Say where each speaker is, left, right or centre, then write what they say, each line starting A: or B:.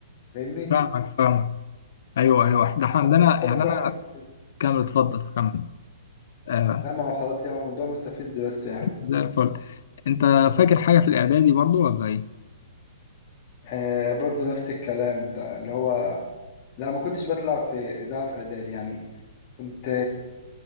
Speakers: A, on the left; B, on the left.
A: فاهمني
B: فاهمك فاهمك ايوه ايوه ده
A: فالموضوع
B: احنا عندنا يعني
A: بصراحة
B: انا
A: مستفز
B: كمل اتفضل كمل آه
A: لا ما هو خلاص كده الموضوع مستفز بس يعني
B: زي الفل انت فاكر حاجه في الاعدادي برضو ولا ايه
A: آه برضو نفس الكلام ده اللي هو لا ما كنتش بطلع في إذاعة في إعدادي يعني كنت